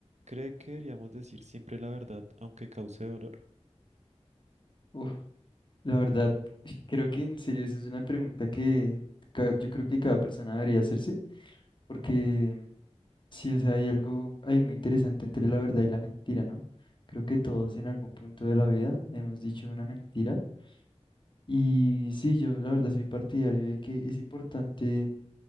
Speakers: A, on the right; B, on the left.
A: ¿Cree que deberíamos decir siempre la verdad, aunque cause dolor?
B: Uf, la verdad, <laughs> creo que en serio esa es una pregunta que ca- yo creo que cada persona debería hacerse, porque sí, o sea, hay algo ahí muy interesante entre la verdad y la mentira, ¿no? Creo que todos en algún punto de la vida hemos dicho una mentira y sí, yo la verdad soy partidario de que es importante